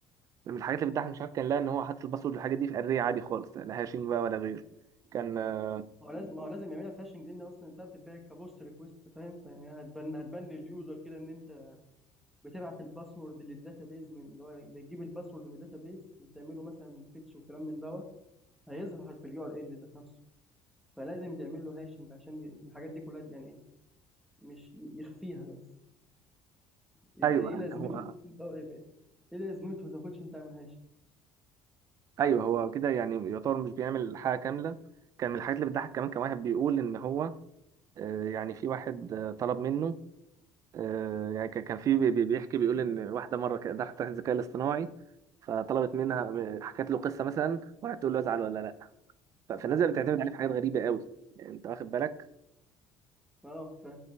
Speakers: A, on the right; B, in the centre.
A: من الحاجات اللي بتضحك مش عارف كان لا ان هو حاطط الباسورد والحاجات دي في اريه عادي خالص لا هاشing بقى ولا غيره كان آه،
B: هو لازم ما هو لازم يعملها فاشنج لان اصلا انت بتتباع كبوست ريكوست فاهم فيعني هتبان هتبان لليوزر كده ان انت بتبعت الباسورد للداتابيز من اللي هو بتجيب الباسورد من الداتابيز وتعمله مثلا فيتش وكلام من دوت هيظهر في اليو ار ال ذات نفسه فلازم تعمل له هاشنج عشان ي- الحاجات دي كلها يعني ايه مش ي- يخفيها بس يبقى
A: ايوه
B: ايه
A: يعني
B: لازمته
A: هو
B: إذا كنت- اه يبقى ايه لازمته اذا كنتش انت عامل هاشنج
A: ايوه هو كده يعني يعتبر مش بيعمل حاجه كامله كان من الحاجات اللي بتضحك كمان كان واحد بيقول ان هو آه، يعني في واحد آه، طلب منه آه، يعني كان كان في بي- بي- بيحكي بيقول ان واحده مره كانت دخلت تحت الذكاء الاصطناعي فطلبت منها م- حكت له قصه مثلا وقعدت تقول له ازعل ولا لا ف- فالناس بقت بتعتمد عليه في حاجات غريبه قوي يعني انت واخد بالك
B: اه ف